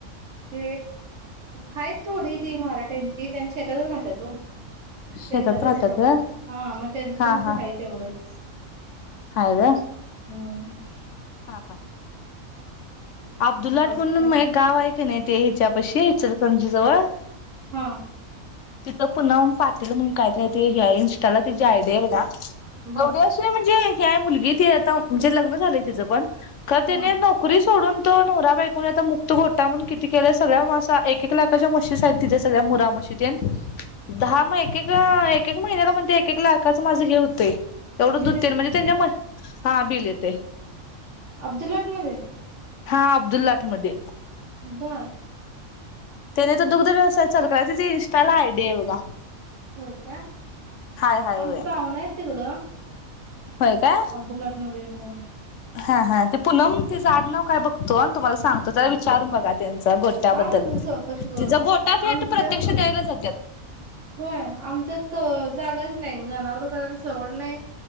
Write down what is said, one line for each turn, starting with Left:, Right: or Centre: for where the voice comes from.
Right: ते हायच थोडी ती मारा टश ते त्यां शेतातच राहत तो
Left: शेतात
Right: शेजारीच
Left: राहतात
Right: आहेत आमच्या
Left: व्हय
Right: हा म त्यांच
Left: हा
Right: त्यांचं
Left: हा
Right: हाय तेवढंच
Left: हाय व्हय
Right: हम् <inaudible>
Left: हा हा अब्दुललाट
Right: बाकी
Left: म्हणून
Right: काय नाय
Left: एक गाव हाय क नाय ते ह्याच्या पशी इचलकरंजी जवळ
Right: हा
Left: तिथं पुन्हा पाटील म्हणू काय बाय ते हे ह्या इंस्टाला त्याची आयडीय बघा
Right: बर
Left: एवढे अस म्हणजे एक हाय मुलगी ती आता म्हणजे लग्न झालंय तिचं पण का तीने
Right: हा
Left: नोकरी सोडून तो नवरा बायकूनी आता मुक्त घोटा म्हणू किती केलंय सगळ्या मासा एक एक लाखाच्या मशीच आहेत तिथं सगळ्या मुरा मशीत धा मग एक एक अं एक एक महिन्याला म्हणती एक एक लाखाच माझं हे होतं एवढं
Right: हिलेच
Left: दु तीन
Right: आहे
Left: महिने त्यांच्या म्हशी हा बिल येतय
Right: अब्दुललाट मध्ये
Left: हा अब्दुल्लाट मध्ये
Right: बर
Left: त्याने तर दुग्ध व्यवसाय चालू केलाय तिची इंस्टाला आयडिय बघा
Right: होय का
Left: हाय हाय
Right: आमची
Left: होय.
Right: पाहुनं हायत तिकडं
Left: होय काय
Right: अब्दुलाट मध्ये हो
Left: हा हा ते पूनम तीज आड नाव काय बघतो आणि तुम्हाला सांगतो तरला विचारून बघा त्यां गोट्याबद्दल
Right: काय उपयोग
Left: तिचा
Right: चौकशी करून
Left: गोटा भेट
Right: आमचं
Left: प्रत्यक्ष द्यायला जातात
Right: होय आमच्या ज अं जागाच नाही जनावर करायला सवड नाय